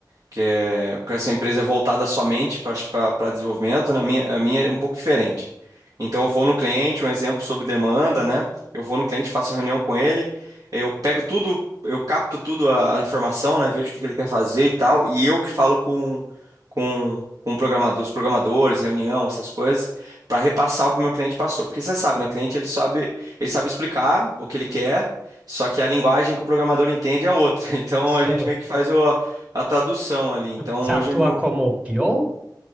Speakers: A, on the right (about 60°); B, on the right (about 15°).
A: que, é, que essa empresa é voltada somente para desenvolvimento, na minha, a minha é um pouco diferente. Então eu vou no cliente, um exemplo sobre demanda, né? Eu vou no cliente, faço reunião com ele, eu pego tudo, eu capto tudo a, a informação, né? Vejo o que que ele quer fazer e tal, e eu que falo com com, com o programador, os programadores, reunião, essas coisas, para repassar o que o meu cliente passou. Porque você sabe, né? Cliente ele sabe, ele sabe explicar o que ele quer. Só que a linguagem que o programador entende é outra. <laughs> Então
B: Sim.
A: a gente meio que faz o, a tradução ali. Então
B: Você atua
A: hoje é meu...
B: como P o